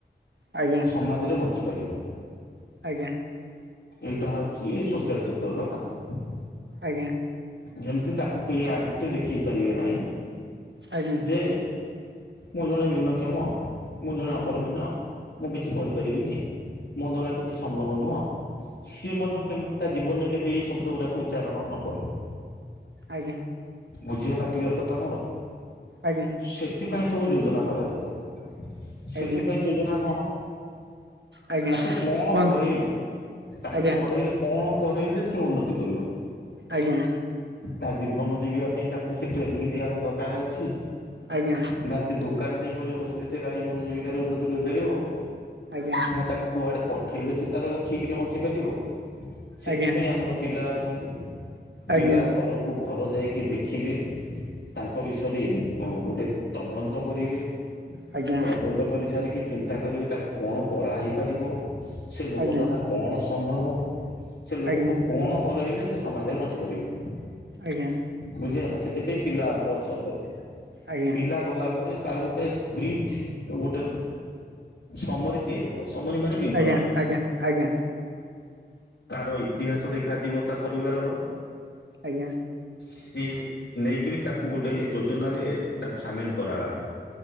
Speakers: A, on the right (about 75°); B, on the left (about 75°).
A: ଆଜ୍ଞା ଆଜ୍ଞା ଆଜ୍ଞା
B: ସମାଜରେ ବଞ୍ଚି ପାରିବ।
A: ଆଜ୍ଞା।
B: ଏଇଟା ହଉଛି ସୋସିଆଲ ସେକ୍ଟର ର କାମ।
A: ଆଜ୍ଞା।
B: ଯେମିତି ତାକୁ କେହି ଆଙ୍ଗୁଠି ଦେଖେଇ ପାରିବେ ନାହିଁ
A: ଆଜ୍ଞା ଆଜ୍ଞା ଆଜ୍ଞା
B: ଯେ ମୁଁ ଜଣେ ଭିନ୍ନକ୍ଷମ ମୁଁ ଜଣେ ଅକର୍ମନ୍ୟ ମୁଁ କିଛି କରିପାରିବିନି। ମୋ ଦ୍ଵାରା କିଛି ସମ୍ଭବ ନୁହଁ ସିଏ ମଧ୍ୟ କେମିତି ତା ଜୀବନରେ କେବେ ଏଇ ଶବ୍ଦ ଉରାକୁ ଉଚ୍ଚାରଣ ନ କରୁ।
A: ଆଜ୍ଞା।
B: ବୁଝି ହେଲା କ୍ଲିୟର କଥା ମୋର?
A: ଆଜ୍ଞା।
B: ସେଥିପାଇଁ ସବୁ ଯୋଜନା କରାଯିବ
A: ଆଜ୍ଞା
B: ସେଥିପାଇଁ
A: ଆଜ୍ଞା ଆଜ୍ଞା
B: ଯୋଜନା କଣ?
A: ଆଜ୍ଞା
B: ତାକୁ କଣ
A: କୁହନ୍ତୁ
B: କରେଇଲେ ତାକୁ
A: ଆଜ୍ଞା
B: କରେଇ ଲେ କଣ କରେଇ ଲେ ସେ ଉନ୍ନତି କରିବ।
A: ଆଜ୍ଞା।
B: ତା ଜୀବନ ଜିଗିବା ପାଇଁ ତାକୁ କିଛି ଟ୍ରେନିଂ ଦିଆ ଦରକାରେ ଅଛି।
A: ଆଜ୍ଞା।
B: ନା ସେ ଦୋକାନ ଟିଏ କରି ବସିଲେ ସେ ତା ଜୀବନ ଜୀବିକାରେ ଉନ୍ନତି କରିପାରିବ।
A: ଆଜ୍ଞା।
B: ନା ତାକୁ କୁଆଡେ ପଠେଇଲେ ସେ ତାର ଠିକ୍ ରେ ବଞ୍ଚି ପାରିବ ସେଥିପାଇଁ
A: ଆଜ୍ଞା
B: ଆମର ପିଲା ଅଛନ୍ତି
A: ଆଜ୍ଞା
B: ପିଲା ଘରକୁ ଘର ଯାଇକି ଦେଖିବେ ତାଙ୍କ ବିଷୟରେ ଗୋଟେ ତଦନ୍ତ କରିବେ
A: ଆଜ୍ଞା
B: ତଦନ୍ତ କରି ସାରିକି ଚିନ୍ତା କରିବେ ତାକୁ କଣ କରାହେଇ ପାରିବ ସେ ଲୋକ
A: ଆଜ୍ଞା
B: ଦ୍ଵାରା କଣ ସମ୍ଭବ। ସେ ଲୋକକୁ
A: ଆଜ୍ଞା
B: କଣ କରେଇଲେ ସେ ସମାଜରେ ବଞ୍ଚି ପାରିବ।
A: ଆଜ୍ଞା।
B: ବୁଝିହେଲା ସେଥିପାଇଁ ପିଲା ଆମର ଅଛନ୍ତି
A: ଆଜ୍ଞା
B: ପିଲା ଗଲା ପରେ ତାର ଗୋଟେ ଗ୍ରିଫ ଗୋଟେ ସମରି ତିଆରି ହବ। ସମରି ମାନେ ବିଭରଣୀ।
A: ଆଜ୍ଞା ଆଜ୍ଞା ଆଜ୍ଞା
B: ତାର ଇତିହାସ ଦେଖାଯିବ ତା ପରିବାରର।
A: ଆଜ୍ଞା।
B: ସେ ନେଇକିରି ତାକୁ ଗୋଟେ ଯୋଜନାରେ ତାକୁ ସାମିଲ କରାହେବ।